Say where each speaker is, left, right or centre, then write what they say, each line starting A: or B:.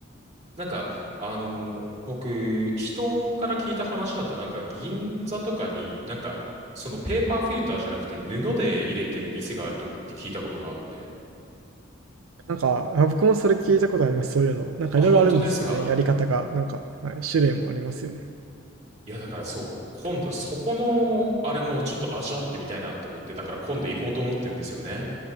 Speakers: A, on the right; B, on the right.
A: なんか、あの、僕、人から聞いた話だと、なんか銀座とかに、なんか、そのペーパーフィルターじゃなくて布で入れてる店があるとかって聞いたことがあって、
B: なんか、あ、僕もそれ聞いたことあります。そういうの。なんかいろいろあるんですよね。
A: あ、本当ですか。
B: やり方が。なんか、はい、種類もありますよね。
A: いや、だからそう、今度そこの、あれもちょっと味わってみたいなって思って、だから今度行こうと思ってるんですよね。